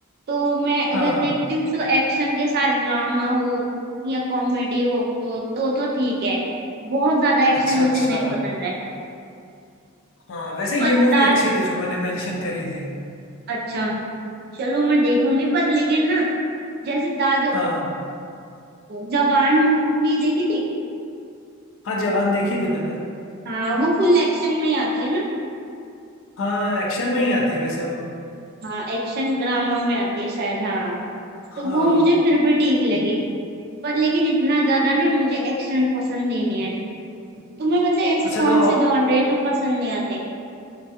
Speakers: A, on the right; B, on the left.
A: तो मैं अगर
B: हाँ
A: देखती हूँ तो एक्शन के साथ ड्रामा हो या कॉमेडी हो तो तो ठीक है बहुत ज्यादा एक्शन
B: अच्छा
A: मुझे
B: अच्छा
A: नहीं पसंद है
B: हाँ वैसे
A: पर
B: ये मूवी
A: दांत
B: अच्छी थी जो मैंने मेंशन करी थी
A: अच्छा चलो मैं देखूंगी पर लेकिन ना जैसे दाज
B: हाँ
A: जवान मूवी देखी थी
B: हाँ जवान देखी थी मैंने
A: हाँ वो फुल एक्शन में ही आती है ना
B: हाँ एक्शन में ही आती है वैसे वो
A: हाँ एक्शन ड्रामा में आती है शायद हाँ
B: हाँ
A: तो वो मुझे फिर भी ठीक लगी पर लेकिन इतना ज्यादा ना मुझे एक्शन पसंद ही नहीं है तुम्हें वैसे ऐसे
B: अच्छा
A: कौन
B: तो
A: से जॉनर है जो पसंद नहीं आते